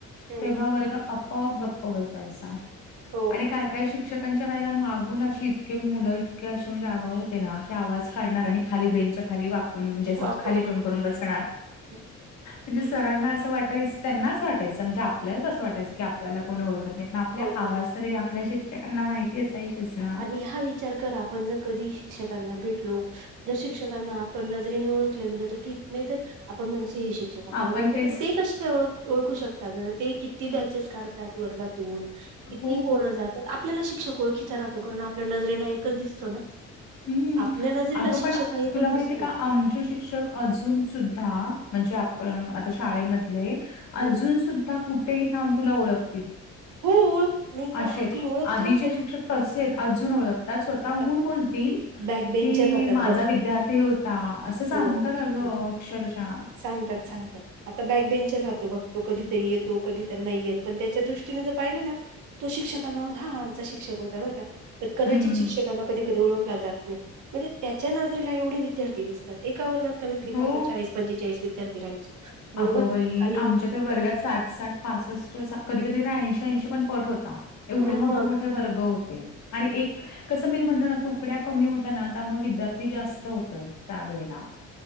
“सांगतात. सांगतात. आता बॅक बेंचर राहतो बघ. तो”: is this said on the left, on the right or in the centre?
Right